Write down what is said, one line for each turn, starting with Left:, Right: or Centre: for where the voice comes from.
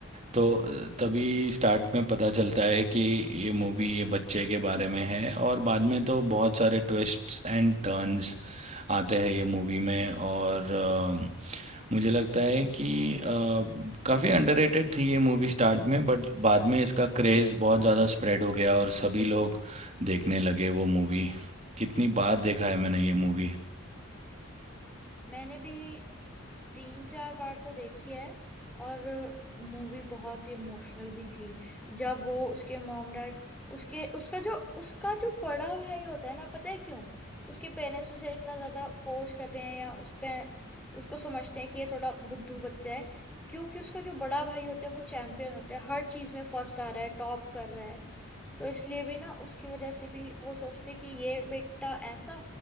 Right: तो अ, तभी स्टार्ट में पता चलता है कि ये मूवी ये बच्चे के बारे में है और बाद में तो बहुत सारे ट्विस्ट्स एंड टर्न्स आते हैं ये मूवी में और अ, मुझे लगता है कि अ, काफ़ी अंडररेटेड थी ये मूवी स्टार्ट में बट बाद में इसका क्रेज़ बहुत ज़्यादा स्प्रेड हो गया और सभी लोग देखने लगे वो मूवी कितनी बार देखा है मैंने ये मूवी
Centre: मैंने भी तीन चार बार तो देखी है और मूवी बहुत इमोशनल भी थी जब वो उसके मॉम डैड उसके उसका जो उसका जो बड़ा भाई होता है ना पता है क्यों उसके पेरेंट्स उसे इतना ज्यादा फोर्स कर रहे हैं या उस पे उसको समझते हैं कि ये थोड़ा बुद्धू बच्चा है क्योंकि उसका जो बड़ा भाई होता है वो चैंपियन होता है हर चीज में फर्स्ट आ रहा है टॉप कर रहा है तो इसलिए भी ना उसकी वजह से भी वो सोचते हैं कि ये बेटा ऐसा